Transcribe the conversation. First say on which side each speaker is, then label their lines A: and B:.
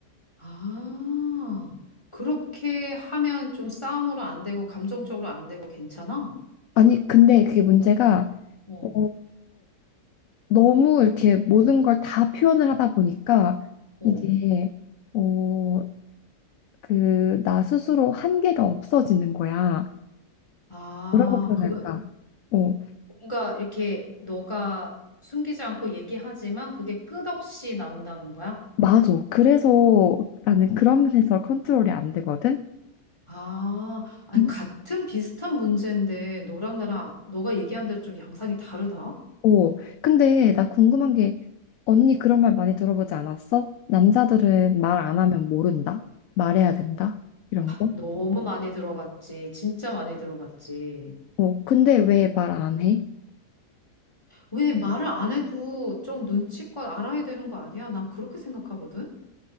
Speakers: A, on the left; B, on the left.
A: 아, 그렇게 하면 좀 싸움으로 안 되고 감정적으로 안 되고 괜찮아?
B: 아니, 근데 그게 문제가,
A: 어.
B: 어, 너무 이렇게 모든 걸 다 표현을 하다 보니까
A: 어.
B: 이게, 어, 그, 나 스스로 한계가 없어지는 거야.
A: 아,
B: 뭐라고 음. 표현할까?
A: 그
B: 어,
A: 뭔가 이렇게 너가 숨기지 않고 얘기하지만 그게 끝없이 나온다는 거야?
B: 맞아. 그래서 나는 그런 면에서 컨트롤이 안 되거든?
A: 아, 아니,
B: 음.
A: 같은 비슷한 문제인데 너랑 나랑 너가 얘기한 대로 좀 양상이 다르다?
B: 오, 근데 나 궁금한 게 언니 그런 말 많이 들어보지 않았어? 남자들은 말 안 하면 모른다. 말해야 된다. 이런 거.
A: 너무 많이 들어봤지. 진짜 많이 들어봤지.
B: 어, 근데 왜 말 안 해?
A: 왜 말을 안 해도 좀 눈치껏 알아야 되는 거 아니야? 난 그렇게 생각하거든?